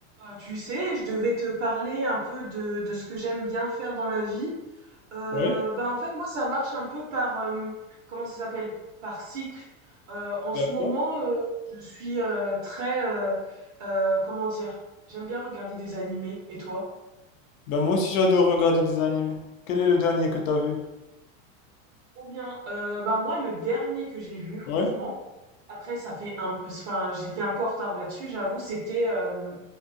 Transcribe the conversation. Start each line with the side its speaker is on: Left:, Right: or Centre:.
Right: Euh, tu sais, je devais te parler un peu de, de ce que j'aime bien faire dans la vie. Euh,
Left: Ouais,
Right: bah en fait, moi, ça marche un peu par, euh, comment ça s'appelle? Par cycle. Euh, en
Left: d'accord.
Right: ce moment, euh, je suis euh, très, euh, euh, comment dire? J'aime bien regarder des animés. Et toi?
Left: Ben moi aussi j'adore regarder des animés. Quel est le dernier que t'as vu?
Right: Trop bien. Euh, bah moi, le dernier que j'ai vu,
Left: Ouais,
Right: franchement, après, ça fait un, enfin, j'étais un peu en retard là-dessus, j'avoue, c'était euh,